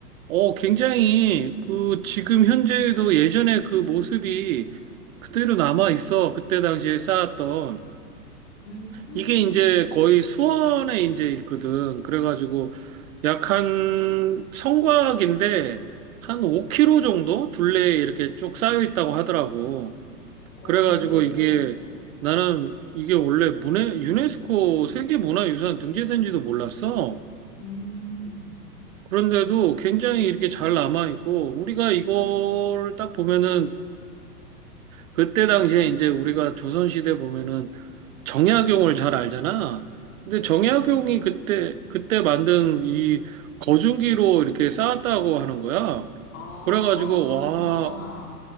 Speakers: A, on the right; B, on the left.
A: 어, 굉장히 그 지금 현재도 예전에 그 모습이 그대로 남아 있어. 그때 당시에 쌓았던.
B: 음,
A: 이게 이제 거의 수원에 이제 있거든. 그래가지고 약 한 성곽인데 한 5km 정도 둘레에 이렇게 쭉 쌓여 있다고 하더라고.
B: 오,
A: 그래가지고 이게 나는 이게 원래 문해, 유네스코 세계문화유산 등재된지도 몰랐어.
B: 음,
A: 그런데도 굉장히 이렇게 잘 남아있고, 우리가 이거를 딱 보면은, 그때 당시에 이제 우리가 조선시대 보면은 정약용을 잘 알잖아. 근데
B: 그치.
A: 정약용이 그때, 그때 만든 이 거중기로 이렇게 쌓았다고 하는 거야.
B: 아,
A: 그래가지고,
B: 그렇구나.
A: 와,